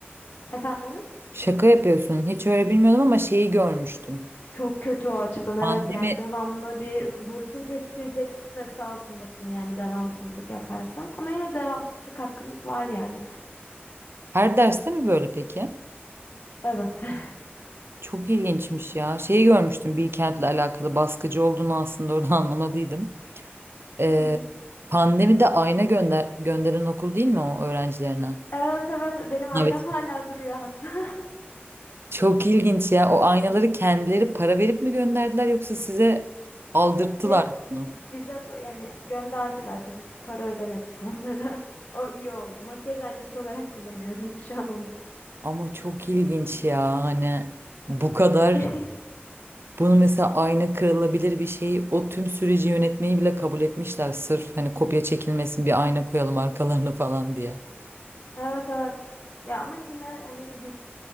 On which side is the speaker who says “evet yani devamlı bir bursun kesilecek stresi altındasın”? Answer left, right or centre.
Left